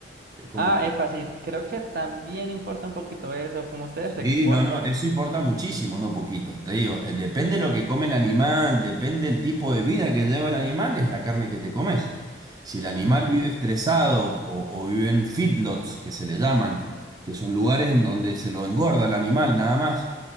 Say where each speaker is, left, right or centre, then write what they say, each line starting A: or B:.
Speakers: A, on the right; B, on the right.
A: Te- Como,
B: Ah, epa sí creo que también importa un poquito eso, como ustedes exportan.
A: Sí, no, no, eso importa muchísimo, no poquito. Te digo, eh, depende lo que come el animal, depende el tipo de vida que lleva el animal, es la carne que te comes. Si el animal
B: Ujú.
A: vive estresado o, o vive en feedlots, que se le llaman, que son lugares en donde se lo engorda el animal nada más,